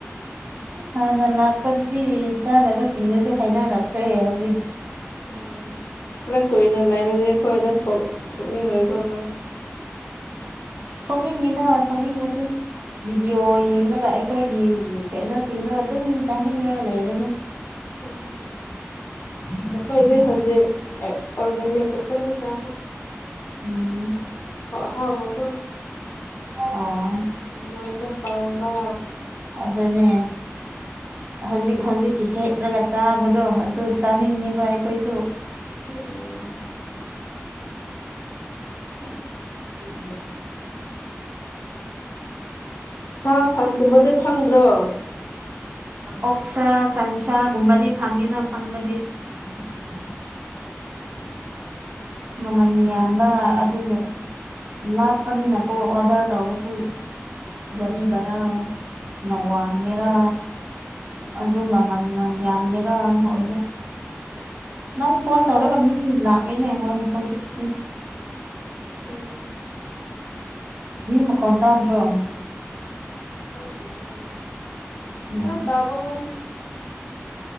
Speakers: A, on the right (about 40°); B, on the left (about 60°).
A: ꯍꯥꯟꯅ ꯂꯥꯛꯄꯗꯨꯗꯤ ꯆꯥꯗꯕꯁꯤꯡꯗꯨꯁꯨ ꯍꯥꯏꯅꯔꯛꯈ꯭ꯔꯦ ꯍꯧꯖꯤꯛ
B: ꯎꯝ ꯈꯔ ꯀꯨꯏꯅ ꯂꯥꯏꯔꯗꯤ ꯑꯩꯈꯣꯏꯗ ꯊꯣꯛ ꯊꯣꯛꯅꯤꯡꯂꯣꯏꯀꯅ ꯅꯣꯏ
A: ꯊꯣꯛꯅꯤꯡꯒꯅꯤꯅ ꯊꯣꯛꯅꯤꯡꯕꯗꯤ ꯚꯤꯗꯤꯑꯣ ꯌꯦꯡꯂꯒ ꯑꯩꯈꯣꯏꯒꯤ ꯀꯩꯅꯣꯁꯤꯡꯗꯣ ꯑꯗꯨꯝ ꯆꯥꯅꯤꯡꯉꯒ ꯂꯩꯕꯅꯤ
B: ꯎꯝ ꯑꯩꯈꯣꯏꯗꯤ ꯍꯧꯖꯤꯛ ꯑꯣꯔꯒꯥꯅꯤꯛ ꯈꯛꯇꯅꯦ ꯆꯥꯕ
A: ꯎꯝ
B: ꯑꯍꯥꯎꯕ ꯀꯣ
A: ꯑꯣ
B: ꯍꯤꯡꯒꯣꯟꯗ ꯄꯥꯟꯕ
A: ꯑꯗꯨꯅꯦ ꯍꯧꯖꯤꯛ ꯍꯧꯖꯤꯛꯀꯤ ꯍꯦꯛꯔꯒ ꯆꯥꯕꯗꯣ ꯑꯗꯨ ꯆꯥꯅꯤꯡꯉꯦꯕ ꯑꯩꯈꯣꯏꯁꯨ
B: ꯎꯝ ꯎꯝ
A: <inaudible>
B: ꯁꯥ ꯁꯟ ꯀꯨꯝꯕꯗꯤ ꯐꯪꯗ꯭ꯔꯣ
A: ꯑꯣꯛꯁꯥ ꯁꯟꯁꯥꯒꯨꯝꯕꯗꯤ ꯐꯪꯉꯦꯅ ꯐꯪꯕꯗꯤ
B: ꯎꯝ
A: ꯃꯃꯜ ꯌꯥꯝꯕ ꯑꯗꯨꯒꯤ ꯂꯥꯞꯄꯅꯤꯅꯥꯀꯣ ꯑꯣꯗꯔ ꯇꯧꯔꯁꯨ ꯒꯔꯤ ꯚꯥꯔ ꯅꯋꯥꯡꯒꯦꯔ ꯑꯗꯨ ꯃꯃꯅ ꯌꯥꯝꯒꯦꯔ ꯑꯣꯏꯕ ꯅꯪ ꯐꯣꯟ ꯇꯧꯔꯒ
B: ꯅꯣꯏ
A: ꯃꯤ ꯂꯥꯛꯑꯦꯅꯦ ꯑꯩꯉꯣꯟꯗ ꯍꯧꯖꯤꯛꯁꯦ
B: ꯎꯝ
A: ꯃꯤ ꯃꯈꯣꯟ ꯇꯥꯗ꯭ꯔꯣ
B: ꯀꯥꯎꯗꯅꯦꯅꯦ
A: ꯎꯝ
B: ꯐꯔꯛ ꯇꯕꯒꯨꯝ